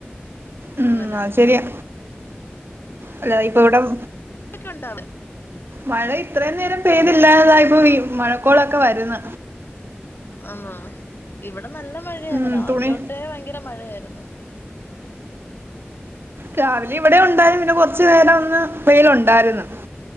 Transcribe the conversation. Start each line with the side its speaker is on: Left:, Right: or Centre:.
Right: ഉം
Left: അങ്ങനെ
Right: അത് ശെരിയാ അല്ലത ഇവിടം
Left: ഒക്കെ ഉണ്ടാവ
Right: മഴ ഇത്രയും നേരം പെയ്തില്ലാതായിപ്പോ മഴക്കോളൊക്കെ വരുന്ന
Left: ആ ഇവ നല്ല മഴയായിരുന്നു
Right: ഉം
Left: രാവിലോട്ട്
Right: തുണി
Left: ഭയങ്കര മഴയായിരുന്നു
Right: രാവിലെ ഇവിടെ ഉണ്ടായിരുന്നു പിന്നെ കൊറച്ചു നേരം ഒന്ന് വെയില് ഉണ്ടായിരുന്നു